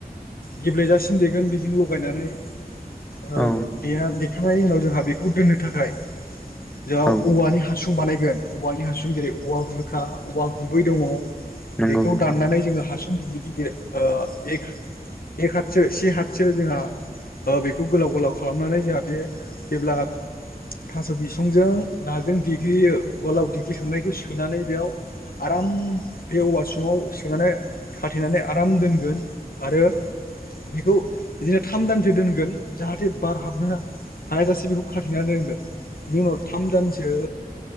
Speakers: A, on the left; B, in the centre.
A: गेब्लेेजासिम देगोन बेजों लगायनानै ओ
B: औ
A: दे देखांनायनि उनाव जोंहा बेखौ दोननो थाखाय जोंहा
B: औ
A: औवानि हासुं बानायगोन औवानि हासुं जेरै औवा बुरखा औवा गुबै दङ।
B: नंगौ
A: बेखौ
B: नोंथां
A: दाननानै जोङो हासुं गिदिर गिदिर ओ ए एक हाथसो से हाथसो जोंहा ओ बेखौ गोलाव गोलाव खालामनानै जोंहा बे जेब्ला थास' बिसंजों नाजों देग्लियो उवालाव देग्लिखांनायखौ सोनानै बेयाव आराम बे औवासुङाव सोनानै खाथेनानै आराम दोनगोन आरो बेखौ बिदिनो थाम दानसो दोनगोन जाहाथे बार हाबनो हायाजासे बेखौ खाथेनानै दोंगोन बिनि उनाव थाम दानसो